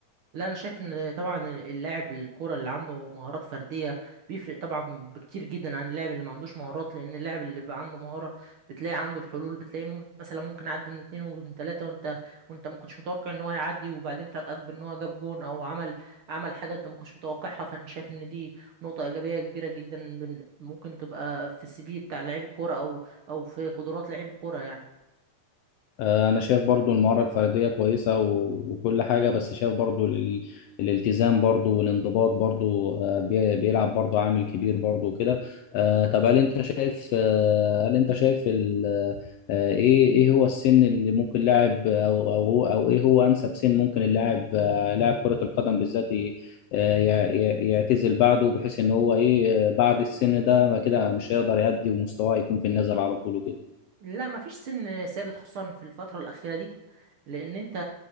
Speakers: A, on the right; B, on the left.
A: لا انا شايف ان طبعا اللاعب الكوره اللي عنده مهارات فرديه بيفرق طبعا بكتير جدا عن اللاعب اللي ما عندوش مهارات لان اللاعب اللي بيبقى عنده مهاره بتلاقي عنده الحلول بتلاقي ممكن مثلا ممكن عدى من اتنين ومن تلاته وانت وانت ما كنتش متوقع ان هو يعدي وبعدين فاجئك بان هو جاب جون او عمل عمل حاجه انت ما كنتش متوقعها فانا شايف ان دي نقطه ايجابيه كبيره جدا بن- ممكن تبقى في السي في بتاع لعيب الكوره او او في قدرات لعيب الكوره يعني
B: آه، انا شايف برضو المهارة الفردية كويسة و- وكل حاجة بس شايف برضو ال- الالتزام برضو والانضباط برضو آه، بي- بيلعب برضو عامل كبير برضو وكده آه، طب هل انت شايف آه، هل انت شايف ال- آه، ايه ايه هو السن اللي ممكن لاعب او او او ايه هو انسب سن ممكن اللاعب آه، لاعب كرة القدم بالذات ي- آه، ي- ي- يعتزل بعده بحيث ان هو ايه آه، بعد السن ده ما كده مش هيقدر يأدي ومستواه يكون في النزل على طول وكده
A: لا مفيش سن ثابت خصوصا في الفتره الاخيره دي لان انت